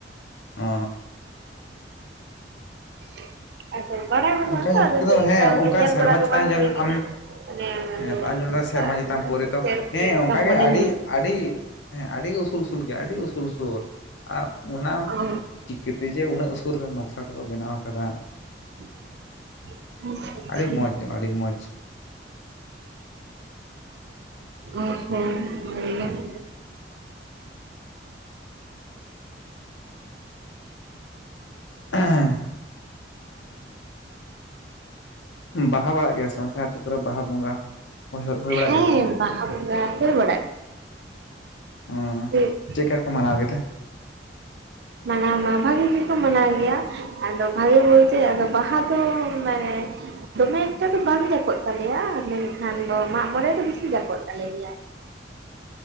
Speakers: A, on the left; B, on the right.
A: <inaudible> ᱚ
B: <inaudible> ᱟᱫᱚ ᱵᱟᱲᱟᱭ ᱵᱟᱹᱱᱩᱜ
A: ᱚᱱᱠᱟ
B: ᱟᱛᱚ
A: ᱧᱮᱞ
B: ᱟᱫᱚ
A: ᱠᱚᱫᱚ
B: ᱪᱮᱫ ᱞᱮᱠᱟ
A: ᱦᱮᱸ ᱚᱱᱠᱟ
B: ᱧᱮᱞ
A: ᱥᱮᱨᱢᱟ
B: ᱵᱟᱲᱟ ᱫᱚ
A: ᱪᱮᱛᱟᱱ
B: ᱵᱟᱝ
A: ᱧᱮᱞ
B: ᱦᱩᱭ ᱠᱟᱱᱟ,
A: ᱟᱢ
B: ᱦᱮᱸ ᱟᱫᱚ
A: ᱛᱚ ᱟᱢ ᱧᱮᱞ
B: ᱢᱟᱱᱮ
A: ᱫᱟ ᱥᱮᱨᱢᱟ
B: ᱫᱟᱜ
A: ᱪᱮᱛᱟᱱ
B: ᱠᱮᱫᱟᱭ
A: ᱯᱟᱹᱣᱨᱟᱹ ᱛᱚ
B: ᱪᱮᱫ
A: ᱦᱮᱸ
B: ᱞᱮᱠᱟ
A: ᱚᱱᱠᱟ
B: ᱢᱚᱱᱮ
A: ᱜᱮ ᱟᱹᱰᱤ
B: ᱦᱩᱭᱩᱜ?
A: ᱟᱹᱰᱤ ᱦᱮᱸ ᱟᱹᱰᱤᱜᱮ ᱩᱥᱩᱞ ᱩᱥᱩᱞ ᱜᱮᱭᱟ ᱟᱹᱰᱤ ᱩᱥᱩᱞ ᱩᱥᱩᱞ ᱟᱨ ᱚᱱᱟ
B: ᱚ
A: ᱪᱤᱠᱟᱹᱛᱮ ᱡᱮ ᱩᱱᱟᱹᱜ ᱩᱥᱩᱞ ᱨᱮ ᱱᱚᱠᱥᱟ ᱠᱚᱫᱚ ᱵᱮᱱᱟᱣ ᱠᱟᱫᱟ᱾
B: <inaudible> ᱟᱪᱪᱷᱟ ᱟᱪᱪᱷᱟ
A: ᱟᱹᱰᱤ ᱢᱚᱡᱽ ᱧᱮᱞᱚᱜᱼᱟ ᱟᱹᱰᱤ ᱢᱚᱡᱽ
B: ᱚ ᱦᱚᱸ <unintelligible>
A: <inaudible> ᱵᱟᱦᱟ ᱵᱟᱲᱟᱜ ᱜᱮᱭᱟ ᱥᱮ ᱵᱟᱝ ᱟᱯᱮ ᱟᱹᱛᱩ ᱠᱚᱨᱮ ᱵᱟᱦᱟ ᱵᱚᱸᱜᱟ? ᱦᱳᱭ ᱦᱳᱭ ᱵᱟᱲᱟᱜ
B: ᱦᱮᱸ
A: ᱜᱮᱭᱟ ᱥᱮ ᱵᱟᱝ
B: ᱵᱟᱦᱟ ᱵᱚᱸᱜᱟ ᱦᱩᱭ ᱵᱟᱲᱟ
A: ᱚ
B: ᱦᱩᱭᱩᱜ
A: ᱪᱮᱫᱠᱟ ᱠᱚ
B: ᱜᱤᱭᱟ,
A: ᱢᱟᱱᱟᱣ ᱜᱮᱛᱮ <inaudible>
B: ᱢᱟᱱᱟᱣ ᱢᱟ ᱵᱷᱟᱜᱮ ᱜᱮᱠᱚ ᱢᱟᱱᱟᱣ ᱜᱮᱭᱟ, ᱟᱫᱚ ᱵᱷᱟᱜᱮ ᱵᱚᱞᱛᱮ ᱟᱫᱚ ᱵᱟᱦᱟ ᱫᱚ ᱢᱟᱱᱮ ᱫᱚᱢᱮ ᱮᱠᱴᱟ ᱫᱚ ᱵᱟᱝ ᱡᱟᱠᱚᱜ ᱛᱟᱞᱮᱭᱟ ᱢᱮᱱᱠᱷᱟᱱ ᱢᱟᱸᱜᱼᱢᱚᱬᱮ ᱫᱚ ᱵᱮᱥᱤ ᱡᱟᱠᱚᱜ ᱛᱟᱞᱮ ᱜᱮᱭᱟ᱾